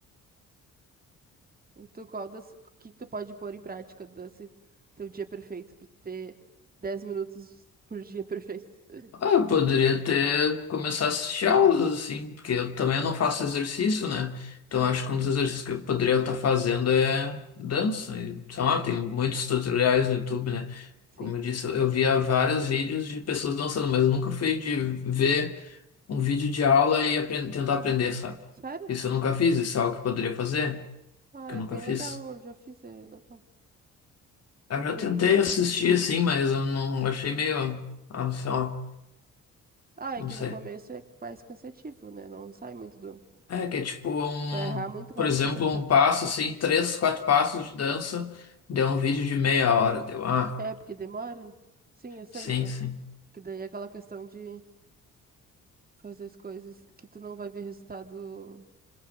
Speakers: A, on the right; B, on the left.
A: E tu, qual das, o que que tu pode pôr em prática desse teu dia perfeito pra ter 10 minutos por dia perfeito? <laughs>
B: Ah, eu poderia ter começar a assistir aulas, assim, porque eu também não faço exercício, né?
A: Sim,
B: Então acho que um dos exercícios que eu poderia estar fazendo é dança. E,
A: sim,
B: sei lá, tem muitos tutoriais no YouTube, né?
A: sim.
B: Como eu disse, eu eu via vários vídeos de pessoas dançando, mas eu nunca fui de ver um vídeo de aula e apren- tentar aprender, sabe?
A: Sério?
B: Isso eu nunca fiz, isso é algo que eu poderia fazer,
A: Ah,
B: que eu
A: é
B: nunca
A: bem
B: fiz.
A: legal, eu já fiz, é legal.
B: Eu já
A: Tem...
B: tentei assistir, assim, mas eu não achei meio. Ah, sei lá,
A: Ah,
B: não
A: é que
B: sei.
A: no começo é mais cansativo, né? Não sai muito do...
B: É, que é tipo um,
A: Vai errar muito mais
B: por exemplo,
A: que acertar.
B: um passo assim, três, quatro passos de dança, deu um vídeo de meia hora, deu, ah,
A: É, porque demora, né? Sim, eu sei,
B: sim,
A: eu...
B: sim.
A: Que daí é aquela questão de fazer as coisas que tu não vai ver resultado